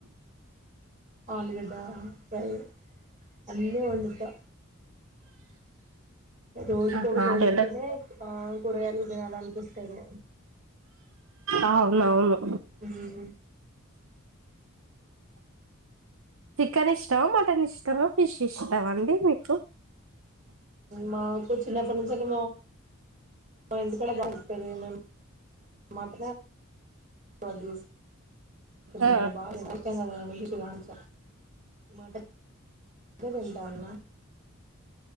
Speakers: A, on the right (about 40°); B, on the right (about 70°).
A: ఆ అలుగడ్డ ఫ్రై అన్ని వండుతా రోజుకొకటి
B: ఆహా ఆలుగడ్డ
A: వొండితానే ఆ కూరగాలు తినాలిఅనిపిస్తాది
B: అవునవును
A: హమ్
B: చికెన్ ఇష్టమా మటన్ ఇష్టమా ఫిష్ ఇష్టమా అండి మీకు.
A: మా కూర్చున్నప్పటి నుంచిే అంటే మా ఎందుకడ దాగుతుంది మేం మాట <unintelligible> తినండి
B: ఆ
A: బా తిన <inaudible> <unintelligible> మాట వింటాంన్నా మా.